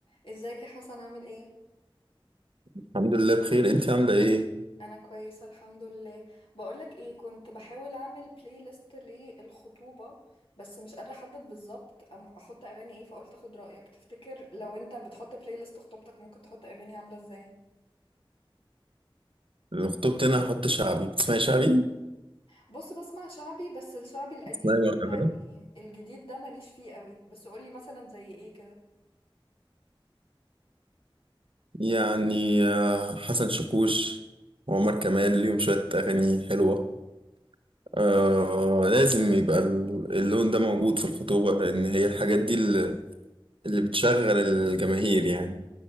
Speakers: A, on the left; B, on the right.
A: ازيك يا حسن عامل ايه
B: الحمد لله بخير انت عامله ايه
A: انا كويسه الحمد لله بقولك ايه كنت بحاول اعمل بلاي ليست للخطوبه بس مش قادره احدد بالظبط أم- احط اغاني ايه فقلت اخد رايك تفتكر لو انت بتحط بلاي ليست خطوبتك ممكن تحط اغاني عامله ازاي
B: لو خطبت انا هحط شعبي بتسمعي شعبي
A: بص بسمع شعبي بس الشعبي القديم
B: اسمعي بقى
A: يعني
B: فاهم
A: الجديد ده ماليش فيه قوي بس قولي مثلا زي ايه كده
B: يعني آه، حسن شاكوش وعمر كمال ليهم شويه اغاني حلوه آه لازم يبقى ال- اللون ده موجود في الخطوبه لان هي الحاجات دي اللي اللي بتشغل الجماهير يعني